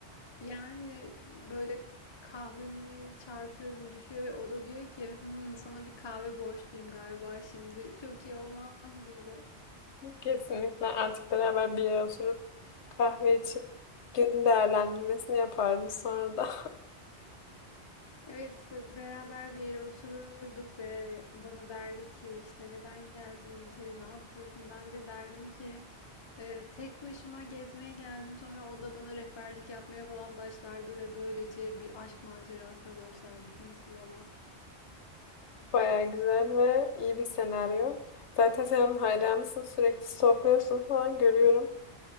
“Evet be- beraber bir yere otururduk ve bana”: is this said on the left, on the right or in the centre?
Left